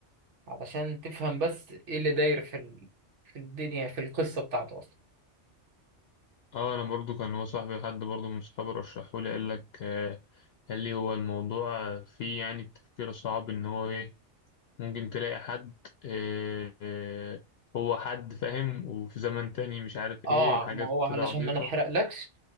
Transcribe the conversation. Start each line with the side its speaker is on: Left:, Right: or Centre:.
Right: علشان تفهم بس ايه اللي داير في ال... في الدنيا في القصة بتاعته اصلا
Left: اه انا برضو كان هو صاحبي حد برضو من صحابي رشحه لي قال لك آه، قال لي هو الموضوع فيه يعني التفكير الصعب ان هو ايه ممكن تلاقي حد آه، آه، هو حد فاهم وفي زمن تاني مش عارف ايه
Right: اه
Left: حاجات
Right: ما هو علشان
Left: كده عبيطة
Right: ما نحرقلكش